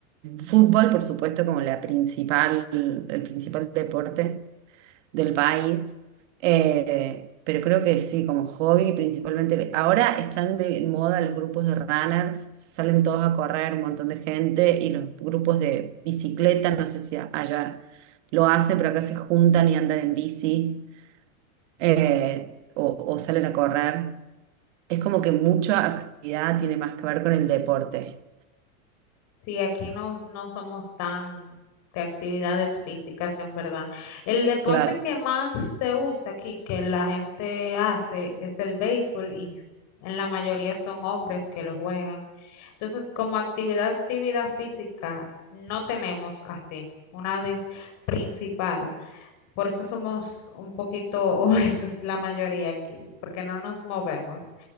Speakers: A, on the right; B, on the left.
A: Fútbol, por supuesto, como la principal, el principal deporte del país. Eh, pero creo que sí, como hobby principalmente. Ahora están de moda los grupos de runners, salen todos a correr, un montón de gente, y los grupos de bicicleta, no sé si allá lo hacen, pero acá se juntan y andan en bici eh, o, o salen a correr. Es como que mucha actividad tiene más que ver con el deporte.
B: si aquí no, no somos tan de actividades físicas, en verdad. El deporte
A: Claro.
B: que más se usa aquí, que la gente hace, es el béisbol y en la mayoría son hombres que lo juegan. Entonces, como actividad, actividad física, no tenemos así una de- principal. Por eso somos un poquito, <laughs> o eso es la mayoría aquí, porque no nos movemos.